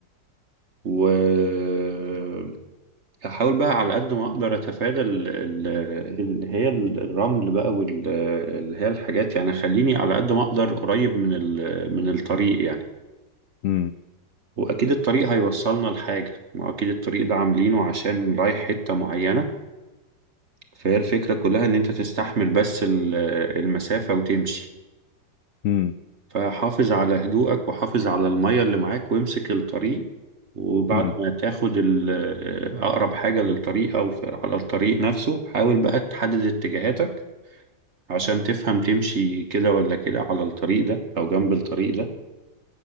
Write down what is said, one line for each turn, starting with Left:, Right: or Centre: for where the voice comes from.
Right: وهحاول بقى على قد ما أقدر أتفادى ال- ال- اللي هي الرمل بقى واللي هي الحاجات يعني خليني على قد ما أقدر قريب من ال- من الطريق يعني
Left: مم.
Right: وأكيد الطريق هيوصلنا لحاجة ما هو أكيد الطريق ده عاملينه عشان رايح حتة معينة فهي الفكرة كلها إن أنت تستحمل بس ال- المسافة وتمشي
Left: مم.
Right: فحافظ على هدوءك وحافظ على المية اللي معاك وامسك الطريق وبعد
Left: مم.
Right: ما تاخد ال- آه، أقرب حاجة للطريق أو في- على الطريق نفسه حاول بقى تحدد اتجاهاتك عشان تفهم تمشي كده ولا كده على الطريق ده أو جنب الطريق ده